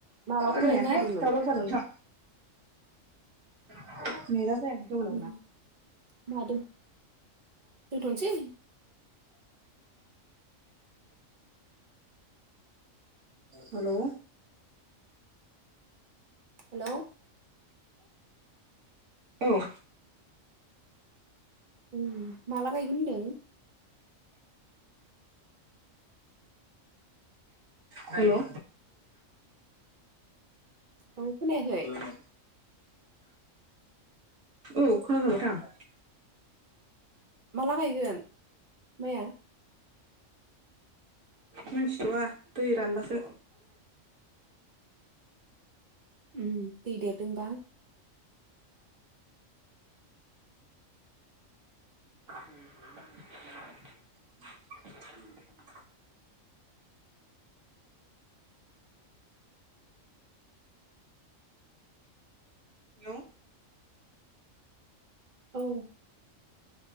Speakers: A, on the right; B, on the right.
A: मालाथो
B: खोनायाहाय
A: गायनो नागिरदोंमोन
B: दावराव। <unintelligible> नेटआ जायाखै। जेबो नङा।
A: उम
B: <inaudible>
A: मा दोन दोनथ'नोसै
B: हेलौ।
A: हेलौ।
B: औ।
A: ओम माला‌ गायगोन होनदों?
B: हेलौ।
A: औ खोनायाखै
B: <inaudible> औ खोनादों नोंथां।
A: माला गायगोन माया?
B: मोनथि थ'आ दै रानबासो।
A: उम दै देरदोंबा।
B: <inaudible> <inaudible> हेलौ
A: औ।